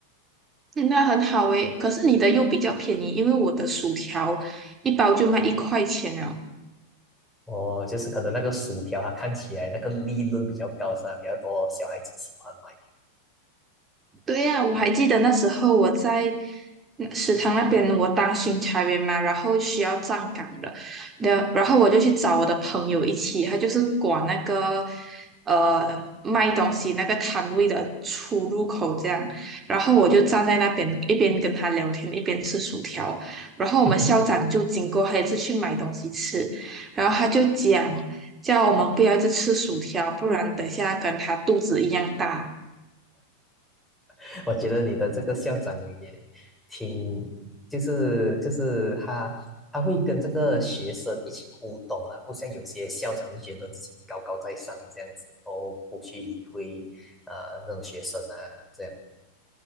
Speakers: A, on the right (about 20°); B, in the centre.
A: 嗯那很好诶。可是你的又比较便宜，因为我的薯条一包就卖一块钱了。
B: 哦，就是可能那个薯条啊看起来那个利润比较高，是吧？比较多小孩子喜欢买。
A: 对呀，我还记得那时候我在嗯食堂那边，我当巡查员嘛，然后需要站岗的，然然后我就去找我的朋友一起，他就是管那个呃卖东西那个摊位的出入口这样，然后我就站在那边一边跟他聊天，一边吃薯条，然后我们校长就经过，
B: <laughs>
A: 他也是去买东西吃，然后他就讲。叫我们不要一直吃薯条，不然等一下跟他肚子一样大。
B: <laughs> 我觉得你的这个校长也挺，就是就是他他会跟这个学生一起互动啊，不像有些校长就觉得自己高高在上这样子，然后不去理会呃那种学生啊，这样